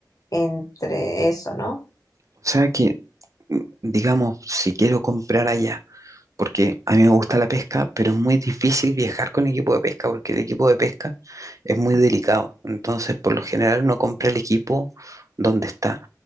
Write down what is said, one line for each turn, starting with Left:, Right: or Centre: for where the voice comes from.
Left: entre eso, ¿no?
Right: o sea que, mm, digamos, si quiero comprar allá, porque a mí me gusta la pesca, pero es muy difícil viajar con equipo de pesca, porque el equipo de pesca es muy delicado. Entonces, por lo general, uno compra el equipo donde está.